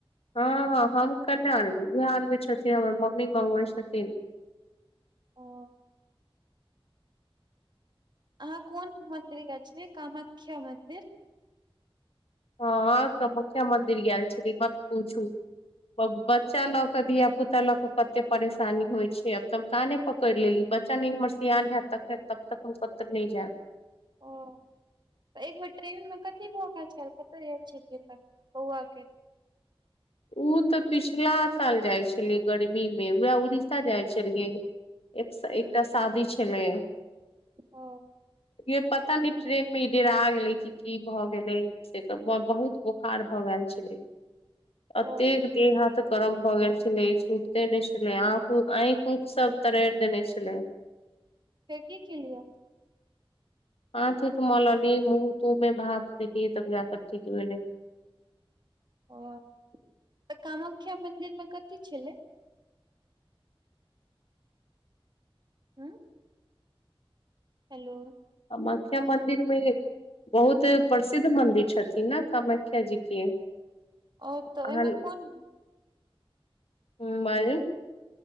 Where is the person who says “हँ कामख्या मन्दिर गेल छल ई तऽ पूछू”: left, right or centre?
Left